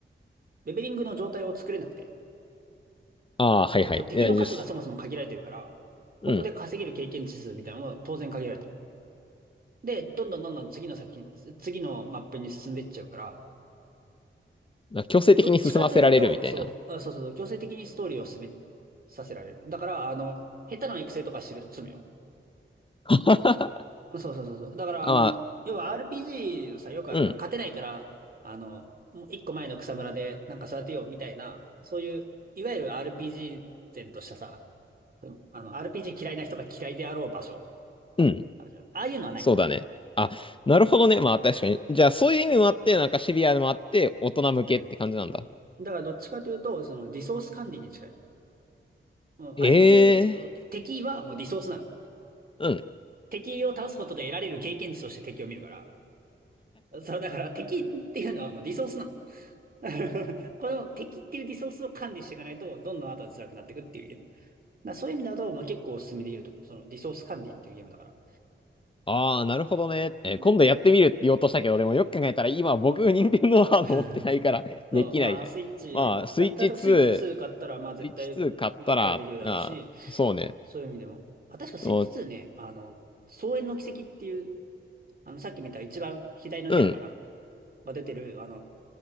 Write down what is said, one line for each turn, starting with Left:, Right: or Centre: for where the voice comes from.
Right: レベリングの状態を作れなくて。
Left: ああ、はいはい。
Right: だってその敵の数がそもそも限られてるから、
Left: え、よし。
Right: ここで稼げる経験値数みたいなのも当然限られてる。
Left: うん。
Right: で、どんどんどんどん次の作品、次のマップに進んでいっちゃうから、
Left: なんか強制的に進ませられるみたいな。
Right: どっちかというと、そう、あ、そうそう、強制的にストーリーを進めさせられる。だから、あの、下手な育成とかしてると罪よ。
Left: <laughs> あ、
Right: そうそうそうそう。だから、
Left: まあ、
Right: あの、要は RPG のさ、よくあるな、
Left: うん、
Right: 勝てないから、あの、もう一個前の草むらでなんか育てようみたいな、そういう、いわゆる RPG 前としたさ、うんあの、RPG 嫌いな人が嫌いであろう場所、
Left: うん、
Right: あるじゃん。ああいうのはない。
Left: そうだね。あ、なるほどね。まあ確かに。
Right: うん。
Left: じゃあそういう意味もあって、なんかシビアでもあって、大人向けって感じなんだ。
Right: うんだから、どっちかというと、その、リソース管理に近い。もう相手、
Left: ええ
Right: 敵はもうリソースなの。
Left: ーうん。
Right: 敵を倒すことで得られる経験値として敵を見るから。そう、だから敵っていうのはもうリソースなの。<laughs> これも敵っていうリソースを管理していかないと、どんどん後で辛くなっていくっていうゲーム。だからそういう意味だと、まあ、結構おすすめできると思う。そのリソース管理っていうゲームだから。
Left: ああ、なるほどね。えー今度やってみるって言おうとしたけど、
Right: うん。
Left: でもよく考えたら今僕、任天堂ハード持ってないから
Right: <laughs>
Left: <laughs>
Right: そう、
Left: できないじゃん。
Right: まあ、スイッチ、
Left: まあ、スイッチ2、
Right: たった、例えばスイッチ2買ったら、
Left: ス
Right: まあ絶対どっかでできるだろうし、
Left: イッチ2買ったら、あー、そうね。
Right: そういう意味でも。あ、確かスイッチ2ね、
Left: もう、
Right: あの、双円の軌跡っていう、あの、さっき見た一番左のキャラかな
Left: うん、
Right: が出てる、あの、